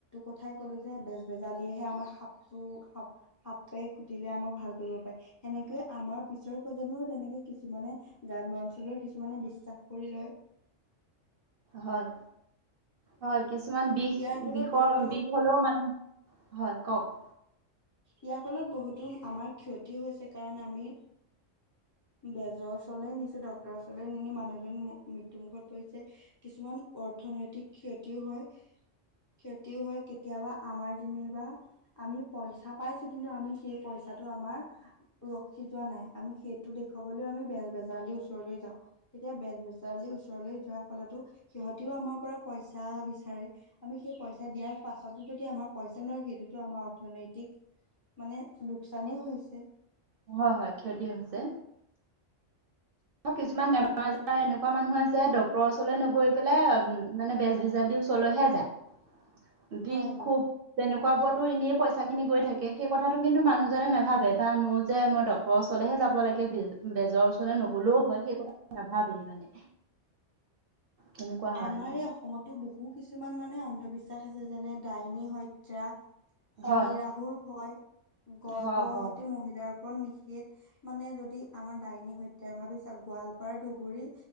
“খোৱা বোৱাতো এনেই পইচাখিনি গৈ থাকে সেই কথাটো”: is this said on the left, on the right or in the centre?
Right